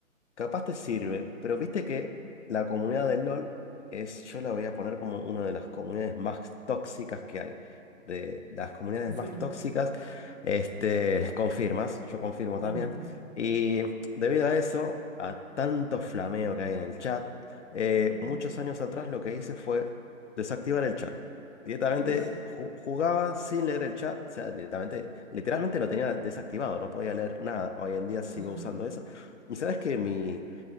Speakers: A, on the left (about 60°); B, on the right (about 35°).
A: Capaz te sirve, pero viste que la comunidad del LOL es, yo la voy a poner como una de las comunidades más tóxicas que hay. De las comunidades
B: Confirmo.
A: más tóxicas, este, confirmas, yo confirmo también.
B: Ujú,
A: Y debido a eso, a tanto flameo que hay en el chat, eh,
B: ujú.
A: muchos años atrás lo que hice fue desactivar el chat. Directamente
B: Uy, sí.
A: ju- jugaba sin leer el chat, o sea, directamente, literalmente lo tenía desactivado, no podía leer nada. Hoy en día sigo
B: Ajá.
A: usando eso. ¿Y sabes que mi